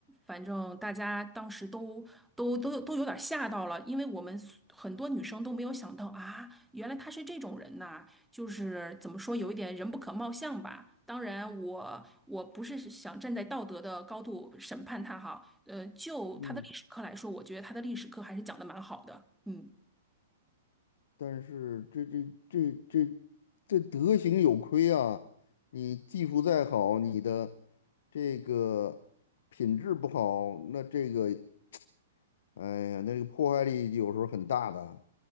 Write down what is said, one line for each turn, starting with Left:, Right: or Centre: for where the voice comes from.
Centre: 反正大家当时都都都都有点吓到了，因为我们 s- 很多女生都没有想到啊，原来她是这种人呐，就是怎么说有一点人不可貌相吧。当然我，我不是想站在道德的高度审判她哈，呃，就她的历史课来说，
Left: 嗯，
Centre: 我觉得她的历史课还是讲的蛮好的，嗯。
Left: 但是这这这这这德行有亏啊！你技术再好，你的这个品质不好，那这个，哎呀，那个破坏力有时候很大的。